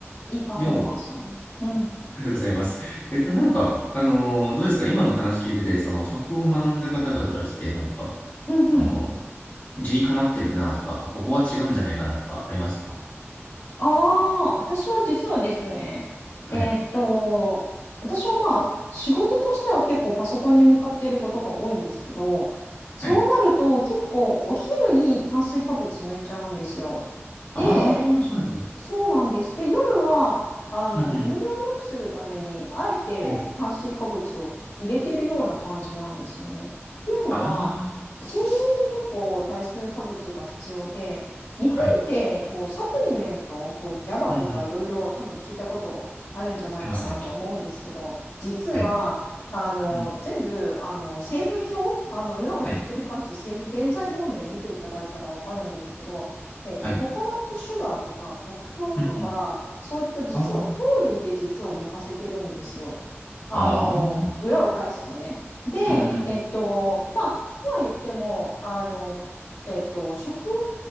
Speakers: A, on the left; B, on the left.
A: いいパフォーマンスをね。
B: でも、
A: うん。
B: ありがとうございます。<laughs> えっと、なんか、あのーどうですか今の話聞いてて、その、食を学んだ方々からして、なんか、
A: うんうん。
B: その、理にかなってるなとか、あここは違うんじゃないかなとか、ありましたか
A: ああ、私は実はですね、
B: はい。
A: えーっと、私はまあ、仕事としては結構パソコンに向かっていることが多いんですけど、そうなると結構お昼に炭水化物抜いちゃうんですよ。
B: はい。ああ、
A: で、
B: そうなんですね。
A: そうなんです。で、夜は、あの、
B: うんうん。
A: 眠りを良くするために、あえて炭水化物を入れてるような感じなんですよね。
B: うん
A: っていうのは、
B: あ
A: 睡眠に結構炭水化物が必要で、日本ってこうサプリメント、
B: あ、はい。
A: こうギャバとかいろいろ多分聞いたことあるんじゃないかなと思うんですけど、
B: うんうん。ありますね。
A: 実はあの全部あの成分表、
B: はい。うん。
A: あの裏をひっくり返して成分、
B: はい。
A: 原材料名見ていただいたら分かるんですけど、えっと、
B: はい。
A: ココナッツシュガーとか黒糖とか、
B: うんうん。
A: そういった実は糖類で実は寝かせてるんですよ。
B: あ
A: あの、
B: あ。ああ。
A: 裏を返すとね。で、
B: うんうんうん。
A: えっと、まあ、とは言っても、あの、ふえっと、食